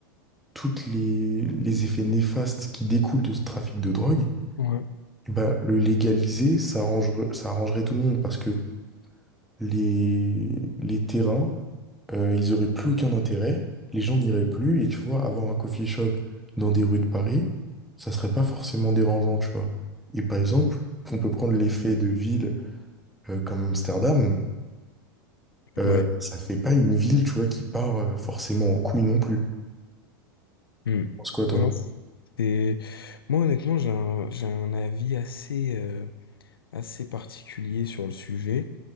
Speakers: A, in the centre; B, on the left.
A: toutes les, les effets néfastes qui découlent de ce trafic de drogue,
B: ouais,
A: bah, le légaliser, ça arrangerait, ça arrangerait tout le monde parce que les, les terrains euh, ils auraient plus aucun intérêt, les gens n'iraient plus, et tu vois, avoir un coffee shop dans des rues de Paris, ça serait pas forcément dérangeant, tu vois. Et par exemple, on peut prendre l'effet de ville euh, comme Amsterdam, euh,
B: ouais.
A: ça fait pas une ville, tu vois, qui part euh, forcément en couille non plus.
B: Hmm.
A: Tu penses quoi, toi?
B: Ouais, non, c'est... Moi, honnêtement, j'ai un, j'ai un avis assez, euh, assez particulier sur le sujet,